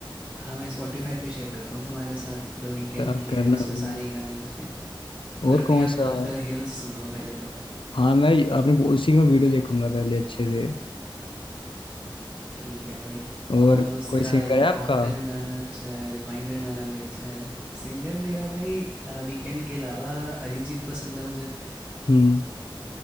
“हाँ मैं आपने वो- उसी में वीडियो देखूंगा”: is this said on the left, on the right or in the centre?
Left